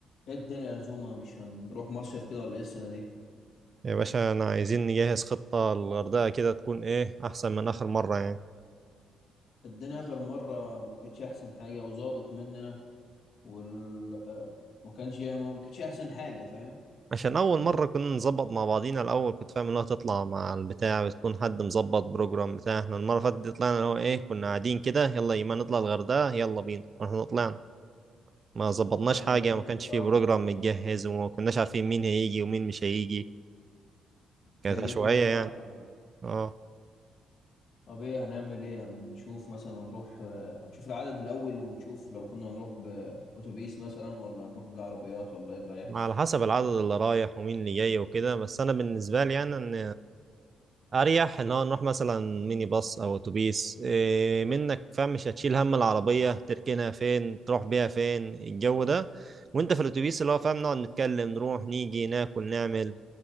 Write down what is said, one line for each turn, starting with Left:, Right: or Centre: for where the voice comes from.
Left: ايه الدنيا يا زوما مش هنروح مصيف كده ولا ايه السنة دي
Right: يا باشا انا عايزين نجهز خطة للغردقة كده تكون ايه احسن من اخر مرة يعني
Left: الدنيا آخر مرة ما كانتش أحسن حاجة وزادت مننا وال ما كانش ما كانتش أحسن حاجة فاهم
Right: عشان اول مرة كنا نظبط مع بعضينا الاول كنت فاهم انها تطلع مع البتاع بتكون حد مظبط بروجرام بتاع احنا المرة اللي فاتت دي طلعنا اللي هو ايه كنا قاعدين كده يلا يما نطلع الغردقة يلا بينا واحنا طلعنا ما ظبطناش
Left: آه،
Right: حاجة
Left: ما كانتش
Right: ما كانش
Left: اه
Right: فيه بروجرام متجهز وما كناش عارفين مين هيجي ومين مش هيجي كانت
Left: هي
Right: عشوائية
Left: جت مرة
Right: يعني
Left: واحدة كده
Right: اه
Left: طب ايه هنعمل ايه هنشوف مثلا هنروح آه، هنشوف العدد الأول ونشوف لو كنا هنروح بأتوبيس مثلا ولا هنروح بالعربيات ولا ايه اللي هيحصل
Right: على حسب العدد اللي رايح ومين اللي جاي وكده بس انا بالنسبة لي يعني ان اريح ان هو نروح مثلا ميني باص او اتوبيس إيه منك فاهم مش هتشيل هم العربيه تركنها فين تروح بيها فين الجو ده وانت في الاتوبيس اللي هو فاهم نقعد نتكلم نروح نيجي ناكل نعمل